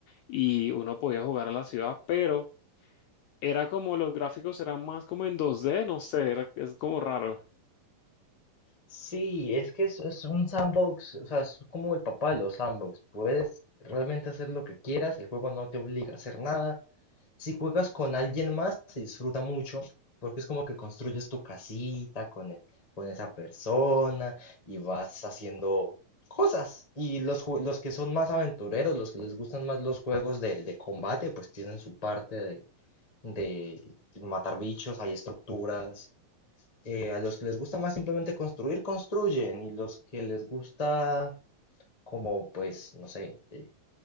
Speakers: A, on the left; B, on the left.
A: y uno podía jugar a la ciudad, pero era como los gráficos eran más como en 2D, no sé, era- es como raro.
B: Sí, es que es, es un sandbox, o sea, es como el papá de los sandbox. Puedes realmente hacer lo que quieras, el juego no te obliga a hacer nada. Si juegas con alguien más, se disfruta mucho, porque es como que construyes tu casita con, el- con esa persona y vas haciendo cosas. Y los, ju- los que son más aventureros, los que les gustan más los juegos de, de combate, pues tienen su parte de, de matar bichos, hay estructuras eh, a los que les gusta más simplemente construir, construyen, y los que les gusta como, pues, no sé, eh,